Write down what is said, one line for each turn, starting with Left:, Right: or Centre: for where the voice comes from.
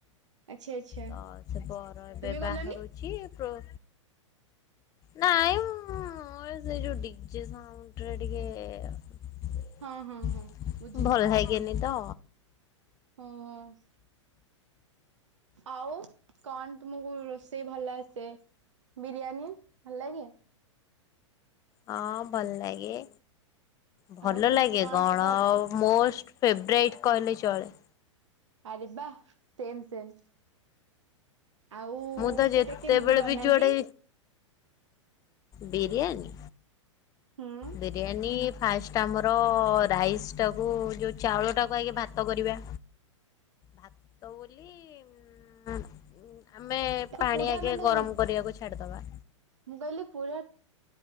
Right: ଆଚ୍ଛା ଆଚ୍ଛା
Left: ତ ସେ ବର ଏବେ
Right: ତୁମେ ଗଲନି
Left: ବାହାରୁଚି ପ୍ରୋ ନାଇଁ ମୁଁ ସେ ଯୋଉ ଡିଜେ ସାଉଣ୍ଡ ରେ ଟିକେ
Right: ହଁ ହଁ ହଁ ବୁଝିଲି।
Left: ଭଲ ଲାଗେନି ତ।
Right: ଅ ହ। ଆଉ କଣ ତୁମକୁ ରୋଷେଇ ଭଲ ଆସେ? ବିରିୟାନୀ ଭଲ ଲାଗେ?
Left: ହଁ ଭଲ ଲାଗେ। ଭଲ
Right: ଆଉ କେମିତି
Left: ଲାଗେ କଣ
Right: ସେଇଟା
Left: ମୋଷ୍ଟ ଫେବରାଇଟ୍ କହିଲେ ଚଳେ।
Right: ଆରେ ବା ସେମ୍ ସେମ୍। ଆଉ
Left: ମୁଁ ତ ଯେତେବେଳେ
Right: ସେଇଟା କେମିତି ବନାନ୍ତି?
Left: ବି ଯୁଆଡେ ବିରିୟାନୀ।
Right: ହୁଁ।
Left: ବିରିୟାନୀ। ଫାଷ୍ଟ ଆମର ରାଇସ୍ ଟାକୁ ଯୋଉ ଚାଉଳ ଟାକୁ ଆଗ ଭାତ କରିବା। ଭାତ ବୋଲି ଉ ଆମେ
Right: ତାକୁ
Left: ପାଣି
Right: ପୁରା
Left: ଆଗେ
Right: ମାନେ
Left: ଗରମ କରିବାକୁ ଛାଡିଦବା।
Right: ମୁଁ କହିଲି ପୁରା